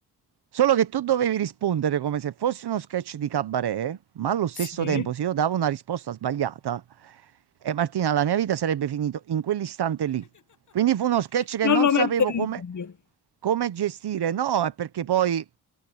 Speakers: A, on the right; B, on the left.
A: Solo che tu dovevi rispondere come se fosse uno sketch di cabaret, ma allo stesso
B: sì.
A: tempo se io davo una risposta sbagliata, e Martina, la mia vita sarebbe finita in quell'istante lì. Quindi fu uno sketch che
B: Non
A: non
B: lo
A: sapevo
B: metto in
A: come,
B: dubbio.
A: come gestire. No, è perché poi